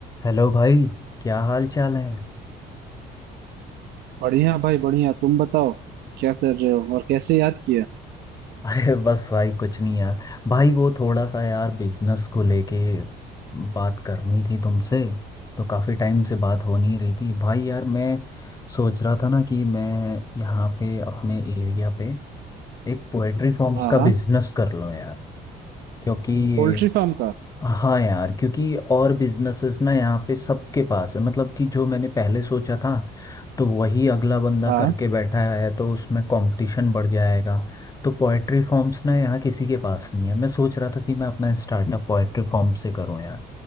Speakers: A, on the left; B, on the right.
A: Hello भाई क्या हाल चाल है
B: बढ़िया भाई बढ़िया तुम बताओ क्या कर रहे हो और कैसे याद किया
A: अरे बस भाई कुछ नहीं यार भाई वो थोड़ा सा यार बिजनेस को लेके बात करनी थी तुमसे तो काफ़ी टाइम से बात हो नहीं रही थी भाई यार मैं सोच रहा था ना कि मैं यहाँ पे अपने एरिया पे एक पोएट्री फॉर्म्स
B: हाँ हाँ
A: का बिजनेस कर लूँ यार क्योंकि ये
B: पोल्ट्री फार्म का
A: हाँ यार क्योंकि और बिजनेसेस ना यहाँ पे सबके पास है मतलब कि जो मैंने पहले सोचा था तो वही अगला बंदा
B: हाँ
A: करके बैठा है तो उसमें कंपटीशन बढ़ जाएगा तो पोएट्री फॉर्म्स ना यहाँ किसी के पास नहीं है मैं सोच रहा था कि मैं अपना स्टार्टअप पोएट्री फॉर्म से करूँ यार